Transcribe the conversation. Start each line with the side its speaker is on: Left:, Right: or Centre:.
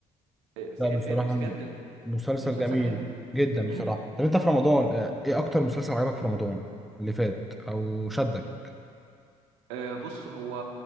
Right: آه، في
Centre: لا بصراحة
Right: في بجد
Centre: م- مسلسل
Right: مسلسل
Centre: جميل
Right: حلو
Centre: جدا
Right: مم.
Centre: بصراحة طب انت في رمضان آه، ايه اكتر مسلسل عجبك في رمضان اللي فات او شدك
Right: آه، بص هو